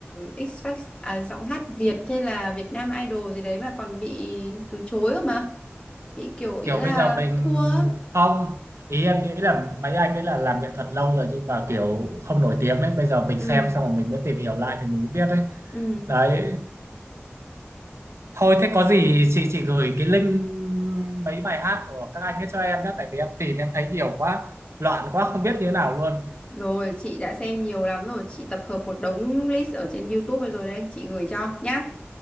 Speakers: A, on the left; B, on the right.
A: X Factor, à, giọng hát Việt hay là Việt Nam Idol gì đấy mà còn bị từ chối cơ mà. Bị kiểu ý
B: kiểu
A: là
B: bây giờ mình
A: thua. á.
B: không ý em nghĩ là mấy anh ấy là làm nghệ thuật lâu rồi nhưng mà kiểu không nổi tiếng đấy bây giờ mình
A: Ừ.
B: xem xong rồi mình mới tìm hiểu lại thì mình mới biết đấy
A: Ừ.
B: đấy thôi thế có gì chị chị gửi cái link mấy bài hát của các anh ấy cho em nhé tại vì em tìm em thấy nhiều quá loạn quá không biết như thế nào luôn
A: Rồi, chị đã xem nhiều lắm rồi. Chị tập hợp một đống list ở trên YouTube rồi đấy. Chị gửi cho nhá.